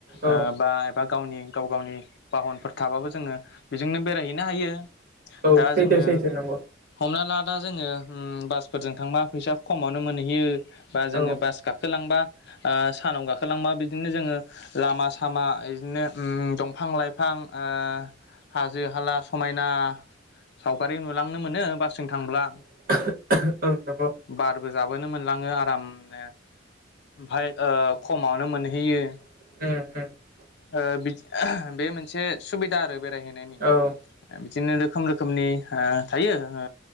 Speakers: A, on the right (about 45°); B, on the left (about 60°).
A: औ
B: ओ बा एबा गावनि गाव गावनि बाहनफोर थाबाबो जोङो बेजोंनो बेरायहैनो हायो।
A: औ
B: दा
A: सैथो
B: जोङो
A: सैथो नंगौ
B: हमनाला दा जोङो उम बासफोरजों थांबा फैसा खमावनो मोनहैयो बा जोङो
A: औ
B: बास गाखोलांबा ओ सानाव गाखोलांबा बिदिनो जोङो लामा सामा बिदिनो उम दंफां लाइफां। ओ हाजो हाला समायना सावगारि नुलांनो मोनो बासजों थांब्ला।
A: <unintelligible>
B: बारबो जाबोनो मोनलाङो आरामनो ओमफ्राय ओ खमावनो मोनहैयो।
A: <unintelligible>
B: ओ बि बे मोनसे सुबिदा आरो बेरायहैनायनि
A: औ
B: बिदिनो रोखोम रोखोमनि ओ थायो ओ